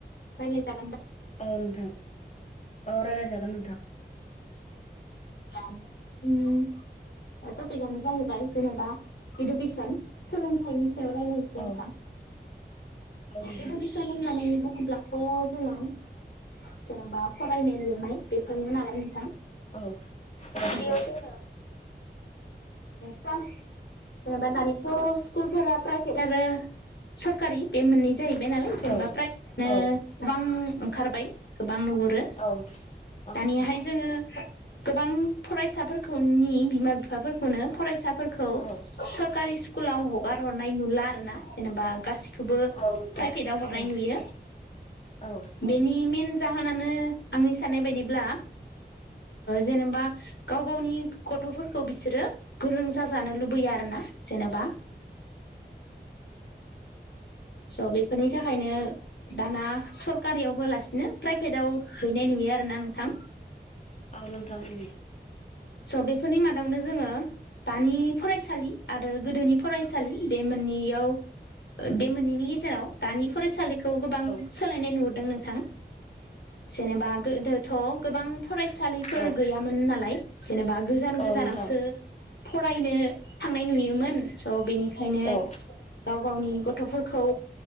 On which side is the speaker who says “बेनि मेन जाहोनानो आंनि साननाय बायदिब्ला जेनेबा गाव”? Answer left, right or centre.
Left